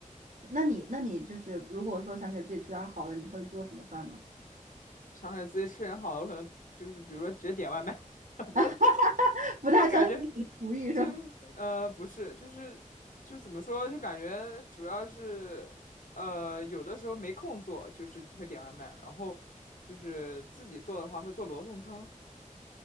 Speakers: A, on the right; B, on the left.
A: 那你那你就是如果说想给自己吃点儿好的，你会做什么饭呢？
B: 想给自己吃点好的，我可能就是比如说直接点外卖，<laughs>
A: <laughs> 不太相信你的厨艺是吧？
B: 就感觉就是呃不是，就是就怎么说，就感觉主要是呃有的时候没空做，就是会点外卖，然后就是自己做的话会做罗宋汤。